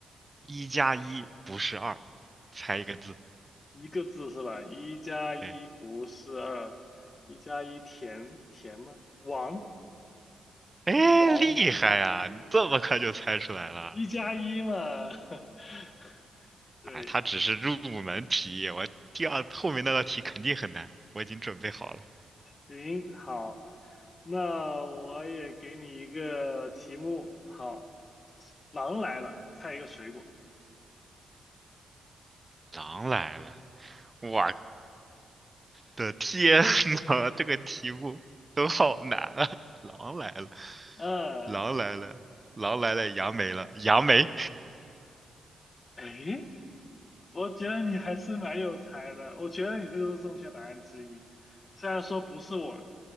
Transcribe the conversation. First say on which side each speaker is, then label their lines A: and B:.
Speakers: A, on the right; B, on the left.
A: 一加一不是二，猜一个字。
B: 嗯，一个字是吧？一加一不是二，
A: 对。
B: 一加一填填吗？王
A: 哎，
B: 王，
A: 厉害呀！你这么快就猜出来了。
B: 一加一嘛。<laughs> 对，
A: 哎，它只是入门题，我第二后面那道题肯定很难，我已经准备好了。
B: 行，好，那我也给你一个题目。好，狼来了，猜一个水果。
A: 狼来了，我的天呐，这个题目都好难啊！狼来了，
B: 嗯、呃，
A: 狼来了，狼来了，杨梅了，杨梅
B: 哎。我觉得你还是蛮有才的，我觉得你这个是正确答案之一。虽然说不是我